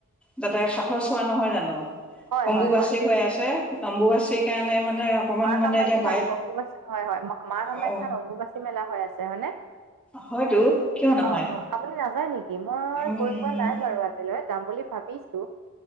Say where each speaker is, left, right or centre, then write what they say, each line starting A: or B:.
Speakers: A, in the centre; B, on the right.
A: তাতে, সাতৰ চোৱা নহয় জানো।
B: হয়
A: অম্বুবাচী
B: হয় হয়
A: হৈ আছে, অম্বুবাচীৰ কাৰণে মানে অকমান
B: মা-কামাখ্যাত
A: মানে এতিয়া বাইত
B: অম্বুবাচী হয়, হয়, মা-কামাখ্যাত
A: অ
B: অম্বুবাচী মেলা হৈ আছে, হয়নে?
A: হয়তো, কিয় নহয়।
B: অ অ আপুনি নাযায় নেকি, মই
A: উম
B: গৈ পোৱা নাই বাৰু আজিলৈ, যাম বুলি ভাবিছো।